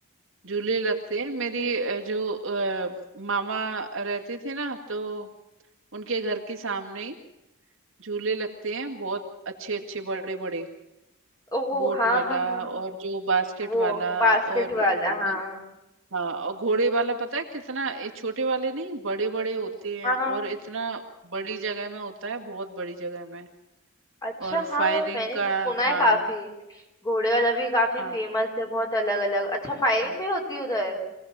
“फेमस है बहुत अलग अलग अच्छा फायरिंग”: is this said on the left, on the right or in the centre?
Left